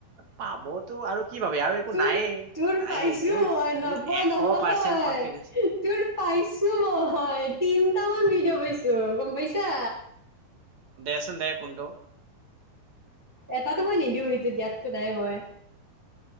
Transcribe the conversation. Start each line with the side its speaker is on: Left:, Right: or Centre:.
Right: পাবত টো আৰু কি পাবি আৰু একো
Centre: তোৰ
Right: নায়েই
Centre: - তোৰ
Right: নায়েই
Centre: পাইছোঁ
Right: মোৰ
Centre: মই নপোৱা
Right: মোৰ এশ
Centre: নহয়,
Right: পাৰ্চেন্ট কনফিডেন্স
Centre: তোৰ পাইছোঁ ম‌ই তিন তিন্‌টামান ভিডিঅ' পাইছোঁ গম পাইছা?
Right: দেছোন দে কোনটো?
Centre: এটাতো মই নিদিওঁ সিটো দিয়াতটো নাই মই।